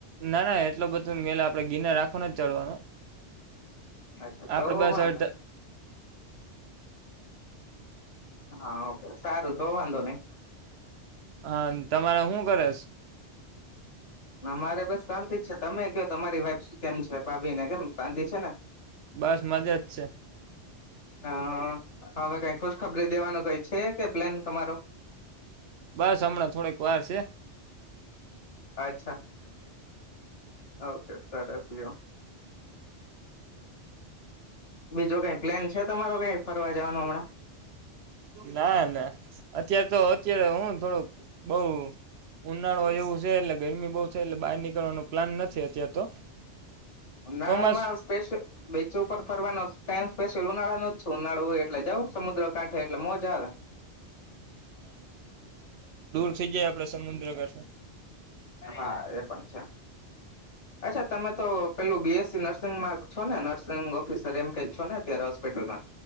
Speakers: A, on the right (about 65°); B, on the left (about 75°).
A: ના, ના એટલ બધુંલા આપડે ગિરનાર, આખો નથી. ચડવાનો
B: અચ્છા તો
A: આપડે બસ
B: વાંધો
A: અડધા
B: હા, ઓકે સારુ તો વાંધો, નહી
A: હા, તમારે શું કરેશ?
B: મારે બસ શાંતિ જ છે, તમે ક તમારી વાઈફ કેમ છે ભાભી ને કેમ શાંતિ છેને.
A: બસ મજા જ છે.
B: હા હવે, કઈ ખુશખબરી દેવાનું કઈ છે, કે પ્લેન તમારો
A: બસ, હમણાં થોડીક વાર છે.
B: અચ્છા, ઓકે સરસ લયો. બીજો કઈ પ્લેન છે, તમારો કઈ ફરવા જવાનું હમણા
A: ના ના અત્યારે તો અત્યારે હું થોડોક બઉ ઉનાળો જેવું છે, એટલે ગરમી બઉ. એટલે, બહાર નીકળવાનો પ્લાન નથી. અત્યારેાર તો
B: ઉનાળામાં
A: ચોમાસું
B: સ્પેશલ બીચો ઉપર ફરવાનો ટાઈમ સ્પેશયલ ઉનાળા ન જ છે, ઉનાળો એટલે, જવ સમુદ્ર કાંઠે એટલે મોજા આવે
A: થી, જાય આપડે સમુદ્ર કઠ
B: હા, એ પણ છે. અચ્છા, તમે તો પેલું બીએસસી નર્સિંગમાં છો ને નર્સિંગ ઓફિસર એમ કઈક છો, ને હોસ્પિટલમા